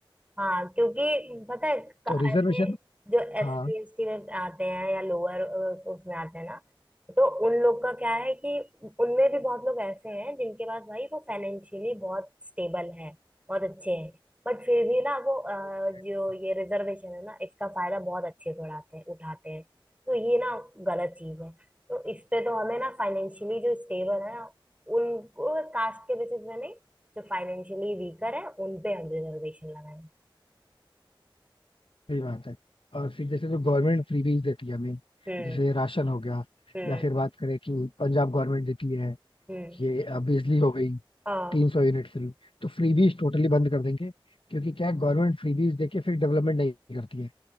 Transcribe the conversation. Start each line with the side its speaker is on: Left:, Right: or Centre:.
Right: हाँ क्योंकि पता है क-
Left: तो रिजर्वेशन
Right: ऐसे जो एस
Left: हाँ
Right: सी एस टी में आते हैं या लोअर उसमें आते हैं ना तो उन लोग का क्या है कि उनमें भी बहुत लोग ऐसे हैं जिनके पास भाई वो फाइनेंशियली बहुत स्टेबल है बहुत अच्छे हैं बट फिर भी ना वो अ,
Left: exactly.
Right: जो ये रिजर्वेशन है ना इसका फायदा बहुत अच्छे से उड़ाते हैं उठाते हैं तो ये ना गलत चीज है तो इस पे तो हमें ना फाइनेंशियली जो स्टेबल है उनको कास्ट के बेसिस में नहीं जो फाइनेंशियली वीकर है उन पे हम रिजर्वेशन लगाएं
Left: सही बात है और फिर जैसे जो गवर्नमेंट फ्रीबीज देती है हमें
Right: हम्म
Left: जैसे राशन हो गया
Right: हम्म
Left: या फिर बात करें कि पंजाब गवर्नमेंट देती है
Right: हम्म
Left: ये अ, बिजली हो गई
Right: हाँ
Left: तीन सौ यूनिट फ्री तो फ्रीबीज टोटली बंद कर देंगे क्योंकि क्या है गवर्नमेंट फ्रीबीज देके फिर डेवलपमेंट नहीं करती है